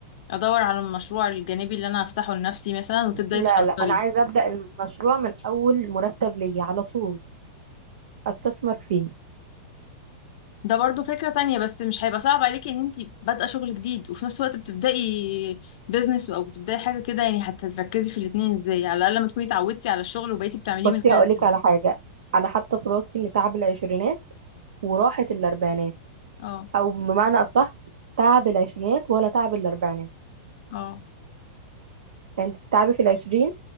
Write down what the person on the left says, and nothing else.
ادور على المشروع الجانبي اللي انا هفتحه لنفسي مثلا وتبدأي
تحضري
ده برضو فكرة تانية بس مش هيبقى صعب عليكي ان انتي بادئة شغل جديد وفي نفس الوقت بتبدأي بيزنس او بتبدأي حاجة كده يعني هتركزي في الاتنين ازاي على الأقل ما تكوني اتعودتي على الشغل وبقيتي بتعمليه
من غير
اه
اه